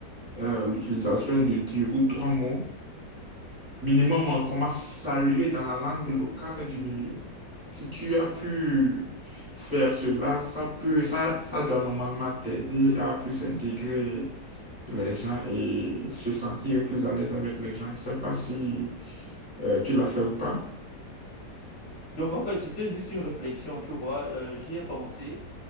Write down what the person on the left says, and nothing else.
Donc en fait, c'était juste une réflexion, tu vois, euh, j'y ai pensé,